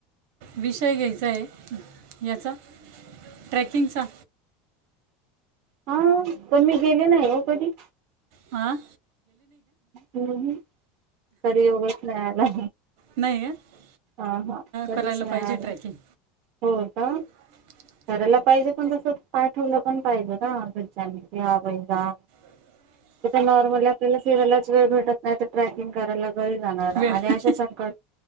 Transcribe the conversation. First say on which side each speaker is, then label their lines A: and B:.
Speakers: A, on the right (about 60°); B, on the right (about 45°).
A: विषय घ्यायचा आहे याचा ट्रेकिंगचा
B: हा पण मी गेले नाही हो कधी
A: आ
B: हम् करी योगेश नाही आला
A: नाही का
B: हा हा कधीच
A: करायला
B: नाही
A: पाहिजे
B: आला
A: ट्रॅकिंग
B: हो का
A: <inaudible>
B: करायला पाहिजे पण तसं, पाठवलं पण पाहिजे ना घरच्यांनी <unintelligible> जा
A: <unintelligible>
B: इथ नॉर्मली आपल्याला फिरायलाच वेळ भेटत नाही, तर ट्रॅकिंग करायला कधी जाणार आणि
A: वेळ नाही
B: अशा संकट